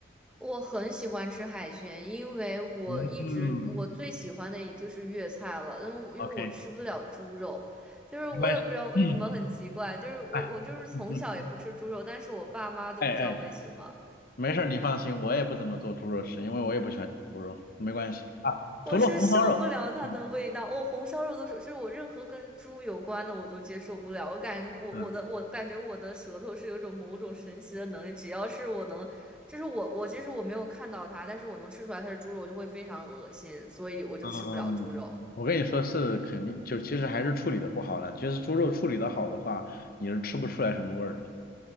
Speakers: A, in the centre; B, on the left.
A: 我很喜欢吃海鲜，因为我一直我最喜欢的也就是粤菜了。
B: 嗯
A: 但我因为我吃不了猪肉，
B: ，OK，
A: 就是我也不知道为什么很奇怪，
B: 没关系。嗯，
A: 就是我我就是从小也不吃猪肉，
B: 哎，嗯嗯，
A: 但是我爸妈都不知道为什么。
B: 哎哎，没事儿，你放心，我也不怎么做猪肉吃，因为我也不喜欢吃猪肉，没关系啊。
A: 我是受不了它的味道，
B: 除了红烧肉，嗯
A: 我、红烧肉都是，就是我任何跟猪有关的我都接受不了。我感我我的我感觉我的舌头是有种某种神奇的能力，
B: 嗯
A: 只要是我能，就是我我其实我没有看到它，但是我能吃出来它是猪肉，我就会非常恶心，所以我就吃不了猪肉。
B: 嗯，我跟你说是肯定，就其实还是处理的不好了。其实猪肉处理的好的话，你是吃不出来什么味儿的。